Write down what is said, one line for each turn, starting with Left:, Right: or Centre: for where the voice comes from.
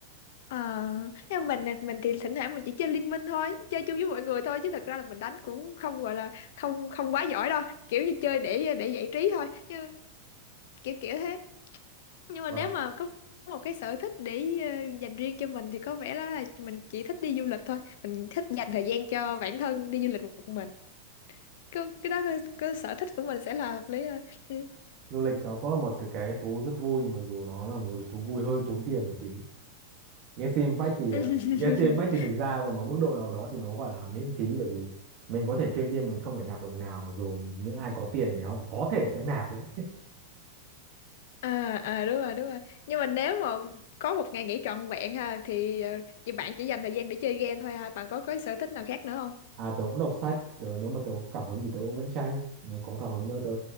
Left: Ờ, nhưng mà mình mình thì thỉnh thoảng mình chỉ chơi Liên Minh thôi chơi chung với mọi người thôi chứ thật ra là mình đánh cũng không gọi là không không quá giỏi đâu kiểu như chơi để để giải trí thôi như kiểu kiểu thế nhưng mà
Right: Vâng.
Left: nếu mà có một cái sở thích để ờ, dành riêng cho mình thì có vẻ là mình chỉ thích đi du lịch thôi mình thích dành thời gian cho bản thân đi du lịch một mình cái, cái đó cái, cái sở thích của mình sẽ là hợp lý hơn Ừ.
Right: Du lịch nó có một cái, cái thú rất vui mặc dù nó là một cái thú vui hơi tốn tiền một tí. Galaxy Impact thì
Left: <laughs>
Right: à, Galaxy Impact thì thực ra ở một mức độ nào đó thì nó gọi là miễn phí bởi vì mình có thể chơi game mình không phải nạp đồng nào mặc dù những ai có tiền thì họ có thể sẽ nạp đấy.
Left: à à đúng rồi đúng rồi nhưng mà nếu mà có một ngày nghỉ trọn vẹn ha thì ờ, chị bạn chỉ dành thời gian để chơi game thôi ha bạn có có sở thích nào khác nữa không
Right: À tớ cũng đọc sách, rồi nếu mà tớ có cảm hứng thì tớ cũng vẽ tranh, nếu có cảm hứng nữa tớ